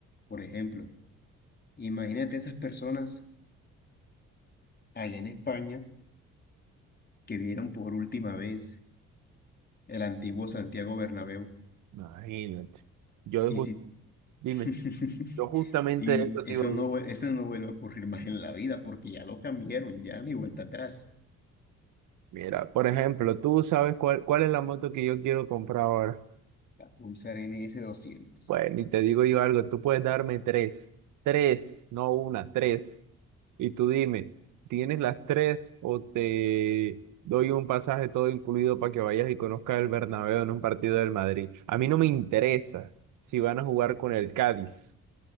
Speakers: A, on the left; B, on the right.
A: Por ejemplo, imagínate esas personas allá en España que vieron por última vez el antiguo Santiago Bernabéu.
B: Imagínate. Yo,
A: Y
B: ju-
A: si...
B: dime,
A: <laughs>
B: yo justamente
A: Y
B: de eso te
A: eso
B: iba
A: no, vuel- eso no vuelve a ocurrir más en la vida porque ya lo cambiaron, ya ni vuelta atrás.
B: Mira, por ejemplo, tú sabes cuál, cuál es la moto que yo quiero comprar ahora.
A: La Pulsar NS doscientos
B: Bueno, y te digo yo algo, tú puedes darme tres, tres, no una, tres. Y tú dime, ¿tienes las tres o te doy un pasaje todo incluido para que vayas y conozcas el Bernabéu en un partido del Madrid? A mí no me interesa si van a jugar con el Cádiz,